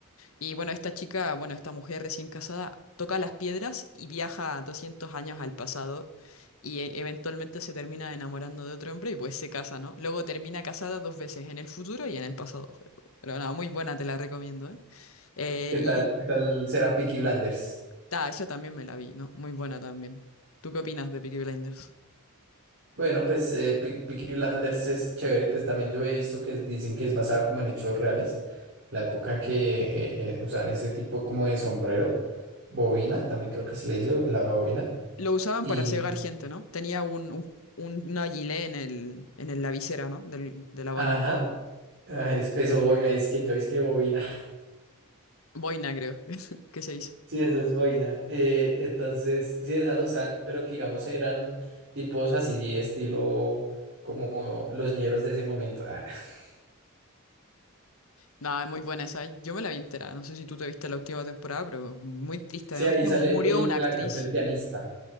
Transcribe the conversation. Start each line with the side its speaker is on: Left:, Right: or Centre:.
Left: Y bueno, esta chica, bueno, esta mujer recién casada, toca las piedras y viaja 200 años al pasado y e- eventualmente se termina enamorando de otro hombre y pues se casa, ¿no? Luego termina casada dos veces, en el futuro y en el pasado. Pero, pero nada, muy buena, te la recomiendo, ¿eh? Eh,
Right: ¿qué tal,
Left: y...
Right: qué tal será Peaky Blinders?
Left: Ah, esa también me la vi, ¿no? Muy buena también. ¿Tú qué opinas de Peaky Blinders?
Right: Bueno, pues eh, Pe- Peaky Blinders es chévere, pues también yo he visto que dicen que es basada como en hechos reales, la época en que eh, eh, usaban ese tipo como de sombrero, bobina, también creo que se le dice o la bobina,
Left: Lo usaban
Right: y
Left: para cegar gente, ¿no? Tenía un, un, un- una gilet en el, en el- la visera, ¿no? Del, de la boina.
Right: ajá, ah, eso, eso voy, me dice que yo es que bobina,
Left: Boina, creo. <laughs> ¿Qué se dice?
Right: Sí, eso es boina. Eh, entonces, sí, esa la usan, pero que digamos eran tipos así, estilo como los ñeros de ese momento. Ah. <laughs>
Left: No, es muy buena esa. ¿eh? Yo me la vi entera. No sé si tú te viste la última temporada, pero muy triste.
Right: Sí,
Left: Además
Right: ahí
Left: que
Right: sale
Left: murió
Right: el,
Left: una
Right: el
Left: actriz.
Right: actor del pianista.